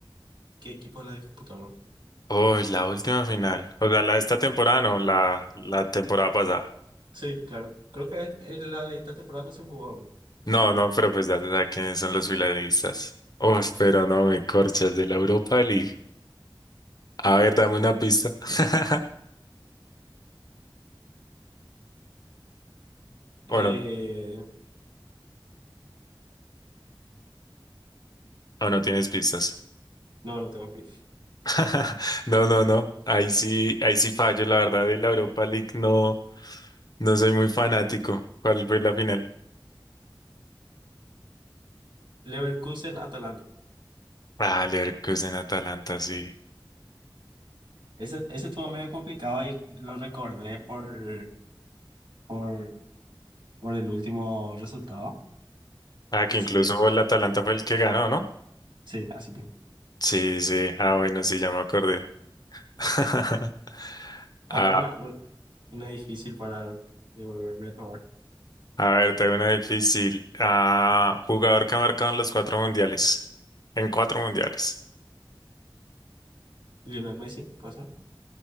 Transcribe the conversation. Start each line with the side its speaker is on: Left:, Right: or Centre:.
Right: ¿Qué equipos la disputaron?
Left: Uy, la última final. O sea, la de esta temporada, no, la, la temporada pasada.
Right: Sí, claro. Creo que es- es la de esta temporada no se jugó aún.
Left: No, no, pero pues ya se sabe quiénes son los finalistas. Uf, pero no me corchas de la Europa League. A ver, dame una pista. <laughs>
Right: Eh,
Left: O no, o no tienes pistas.
Right: no, no tengo pif.
Left: <laughs> No, no, no. Ahí sí, ahí sí fallo. La verdad, de la Europa League no, no soy muy fanático. ¿Cuál fue la final?
Right: Leverkusen, Atalanta.
Left: Ah, Leverkusen Atalanta, sí.
Right: Ese, ese estuvo medio complicado y lo recordé por, por, por el último resultado.
Left: Ah, que
Right: Así
Left: incluso
Right: que,
Left: el Atalanta fue el que ganó, ¿no?
Right: sí, así mismo.
Left: Sí, sí. Ah, bueno, sí, ya me acordé. <laughs>
Right: Ahora
Left: Ah,
Right: una, un- una difícil para devolverme el favor.
Left: a ver, tengo una difícil. Ah, jugador que ha marcado en los cuatro mundiales. En cuatro mundiales.
Right: Lionel Messi, cosa,